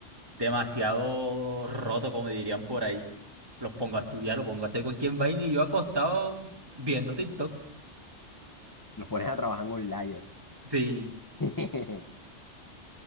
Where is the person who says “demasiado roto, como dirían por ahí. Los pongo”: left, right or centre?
Right